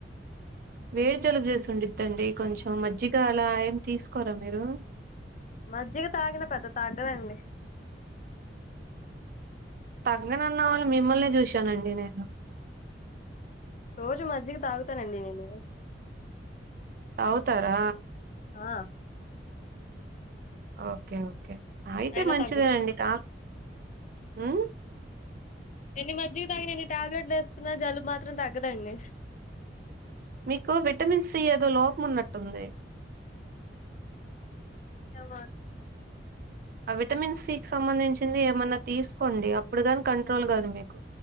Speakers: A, on the right; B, on the left.
A: వేడి జలుబు చేసిండుద్దండి కొంచెం మజ్జిగ అలా ఏమి తీసుకొరా మీరు
B: మజ్జిగ తాగిన పెద్ద తాగ్గదండి
A: తగ్గదన్న వాళ్ళని మిమ్మల్నే చూశానండి నేను
B: రోజు మజ్జికి తాగుతానండి నేను
A: తాగుతారా
B: ఆ
A: ఓకే ఓకే అయితే
B: అయినా
A: మంచిదేనండి
B: తగ్గదు
A: కా ఉమ్మ్
B: ఎన్ని మజ్జిగ తాగిన ఎన్ని టాబ్లెట్లు వేసుకున్నా జలుబు మాత్రం తగ్గదండి
A: మీకు విటమిన్ సి ఏదో లోపం ఉన్నట్టుంది
B: ఏమో
A: అ విటమిన్ సి కి సంబంధించింది ఏమన్నా తీసుకోండి అప్పుడు కాని కంట్రోల్ కాదు మీకు